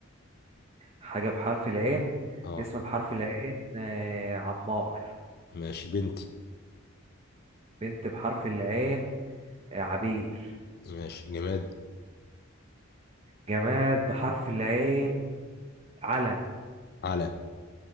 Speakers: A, on the right; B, on the left.
A: حاجة بحرف العين
B: اه
A: اسم بحرف العين آه عمار
B: ماشي بنت
A: بنت بحرف العين آه، عبير
B: ماشي جماد
A: جماد بحرف العين علم
B: علم